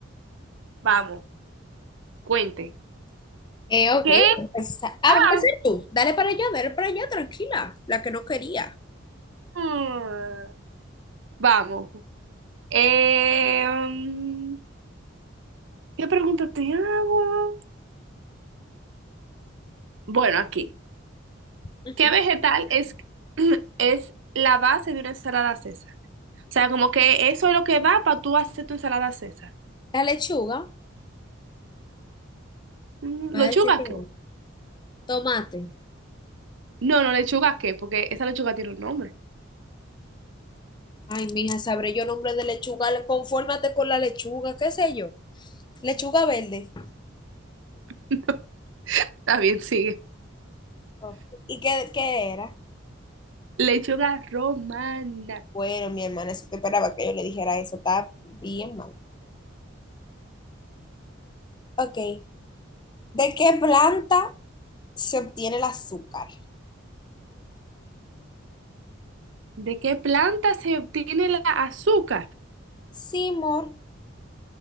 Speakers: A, on the right (about 70°); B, on the left (about 20°).
A: Vamos, cuente.
B: Eh, ok,
A: ¿Qué?
B: voy a empezar. Ah,
A: Ah,
B: va a empezar tú. Dale para allá, dale para allá, tranquila, la que no quería.
A: mm. Vamos. Em, ¿qué pregunta te hago? Bueno, aquí.
B: Ujú.
A: ¿Qué vegetal es, <clears throat> es la base de una ensalada César? O sea, como que eso es lo que va para tú hacer tu ensalada César.
B: La lechuga,
A: Mm,
B: va
A: ¿Lechuga
B: a decir que
A: qué?
B: no. Tomate.
A: No, no, lechuga qué, porque esa lechuga tiene un nombre.
B: Ay, mija, sabré yo nombre de lechuga. Confórmate con la lechuga, qué sé yo. Lechuga verde.
A: <laughs> Está bien, sigue.
B: Oh, ¿Y qué, qué era?
A: Lechuga romana.
B: Bueno, mi hermana, eso te esperaba que yo le dijera eso. Está bien mal. Ok. ¿De qué planta se obtiene el azúcar?
A: ¿De qué planta se obtiene la azúcar?
B: Sí, amor.